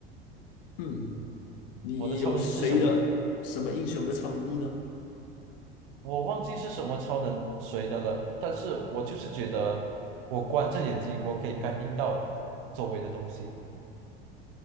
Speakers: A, on the left; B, on the right.
A: 嗯，你有谁的什么英雄的超能力呢？
B: 我的超能力是什么？我忘记是什么超能谁的了，但是我就是觉得我关着眼睛，我可以感应到周围的东西。